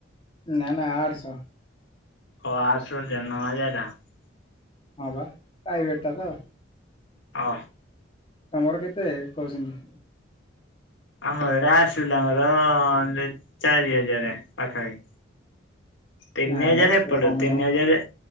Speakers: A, on the left; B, on the left.
A: ନା, ନା ଆଡସ।
B: ହ ଆଡସ ନ ହଜାର ଟଙ୍କା।
A: ହଁ ବା ପ୍ରାଇଭେଟ୍ ଟା ତ।
B: ଅ।
A: ତମର କେତେ କହୁଛନ୍ତି?
B: ଆମର ଏଟା ଆସିଲା ଆମର ଲେ ଚାରି ହଜାର ପାଖପାଖି। ତିନି
A: ନାଇଁ
B: ହଜାର
A: ମ ଏତେ
B: ଏ ପଟ
A: କମ
B: କୁ ତିନି
A: ନୁହଁ
B: ହଜାର